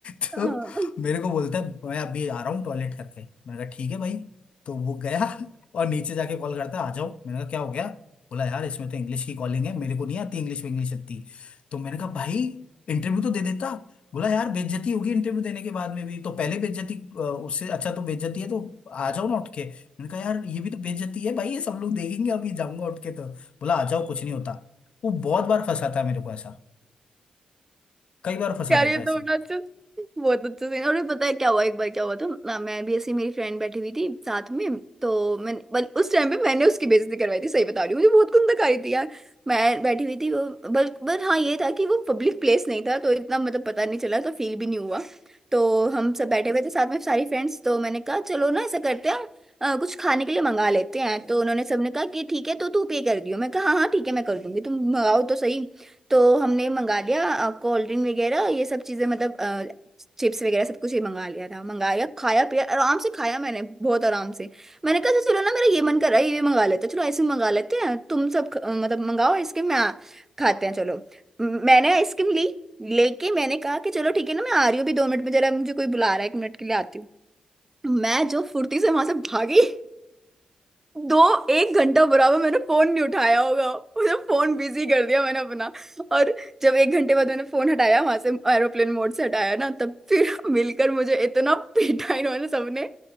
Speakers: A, on the left; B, on the right.
A: तो
B: हाँ
A: मेरे को बोलता है मैं अभी आ रहा हूँ टॉयलेट करके मैंने कहा ठीक है भाई तो वो गया <laughs> और नीचे जाके कॉल करता है आ जाओ मैंने कहा क्या हो गया बोला यार इसमें तो इंग्लिश की कॉलिंग है मेरे को नहीं आती इंग्लिश में इंग्लिश आती तो मैंने कहा भाई इंटरव्यू तो दे देता बोला यार बेइज्जती होगी इंटरव्यू देने के बाद में भी तो पहले बेइज्जती अ, उससे अच्छा तो बेइज्जती है तो आ जाओ ना उठ के मैंने कहा यार ये भी तो बेइज्जती है भाई ये सब लोग देखेंगे अभी जाऊंगा उठ के तो बोला आ जाओ कुछ नहीं होता वो बहुत बार फंसाता है मेरे को ऐसा कई बार फंसा
B: यार
A: देता
B: ये तो
A: है ऐसे
B: बड़ा
A: <laughs>
B: अच्छा बहुत अच्छा सीन और ये पता है क्या हुआ एक बार क्या हुआ था ना, मैं भी ऐसी मेरी फ्रेंड बैठी हुई थी साथ में तो मैंने बल उस टाइम पे मैंने उसकी बेइज्जती करवाई थी सही बता रही हूँ मुझे बहुत कुंदक आ रही थी यार मैं बैठी हुई थी वो बल बट हाँ ये था कि वो पब्लिक प्लेस नहीं था तो इतना मतलब पता नहीं चला तो फील भी नहीं हुआ तो हम सब बैठे हुए थे साथ में सारी फ्रेंड्स तो मैंने कहा चलो ना ऐसा करते हैं अ, कुछ खाने के लिए मंगा लेते हैं तो उन्होंने सबने कहा कि ठीक है तो तू पे कर दियो मैं कहा हाँ हाँ ठीक है मैं कर दूंगी तुम मंगाओ तो सही तो हमने मंगा लिया कोल्ड ड्रिंक वगैरह ये सब चीजें मतलब चिप्स वगैरह सब कुछ ही मंगा लिया था मंगाया खाया पिया आराम से खाया मैंने बहुत आराम से मैंने कहा "अच्छा, चलो ना मेरा ये मन कर रहा है ये भी मंगा लेते हैं चलो आइसक्रीम मंगा लेते हैं तुम सब ख- मतलब मंगाओ आइसक्रीम मैं आ- खाते हैं चलो म- मैंने आइसक्रीम ली लेके मैंने कहा कि चलो ठीक है ना मैं आ रही हूँ अभी दो मिनट में जरा मुझे कोई बुला रहा है एक मिनट के लिए आती हूँ मैं जो फुर्ती से वहां से भागी दो एक घंटा बराबर मैंने फोन नहीं उठाया होगा उसे फोन बिजी कर दिया मैंने अपना और जब एक घंटे बाद मैंने फोन हटाया वहां से एरोप्लेन मोड से हटाया ना तब फिर मिलकर मुझे इतना पीटा इन्होंने सबने